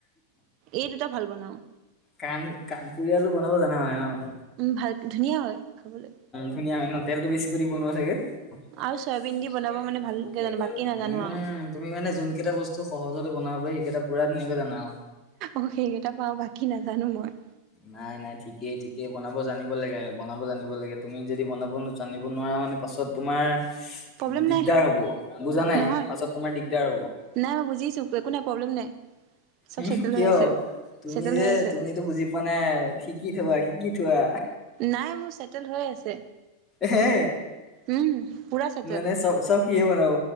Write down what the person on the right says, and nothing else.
এই দুটা ভাল বনাওঁ।
ভাল ধুনীয়া হয় খাবলৈ
আৰু চয়াবিন দি বনাব মানে ভালকে জানো বাকী নাজানো
আৰু
অ সেইকেইটা পাৰো বাকী নাজানো মই।
প্ৰব্লেম
নাই
নহয়
নাই মই বুজিছো একো নাই প্ৰব্লেম নাই চব
চেটেল
হৈ আছে
চেটেল
হৈ আছে
নাই মোৰ চেটেল হৈ আছে
উম পুৰা চেটেল